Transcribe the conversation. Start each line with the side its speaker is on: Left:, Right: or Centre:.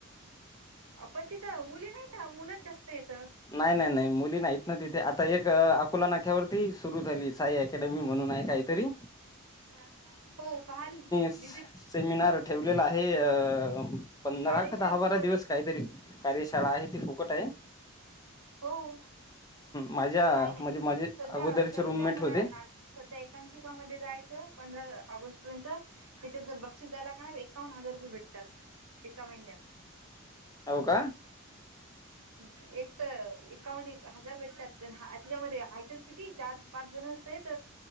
Right: पण तिथं मुली नाहीत मुलंच जास्त येत
Left: नाही नाही नाही मुली नाहीत ना तिथे आता एक अकोला नाख्यावरती सुरू झाली साई अकॅडमी म्हणून आहे का तेरी
Right: हा पहाल विज
Left: स सेमिनार ठेवलेला आहे अ पंधरा
Right: कार्यशाळा
Left: का दहा
Right: फुकट
Left: बारा दिवस
Right: आहे
Left: काहीतरी कार्यशाळा आहे ती फुकट आहे.
Right: हो
Left: माझ्या
Right: नाही नाही
Left: म्हणजे माझे
Right: सध्या
Left: अगोदरचे
Right: सविध्या
Left: रूममेट
Right: मला
Left: होते.
Right: नाट सध्या एकांकिकामध्ये जायचं पंधरा ऑगस्ट पर्यंत त्याच्यात जर बक्षीस जायला का ना एकाव्न हजार रुपये भेटतात एका महिन्यात.
Left: हो का?
Right: एक तर एकावन हजार भटतात हा त्याच्यामध्ये तच किती चार पाच जण असतेत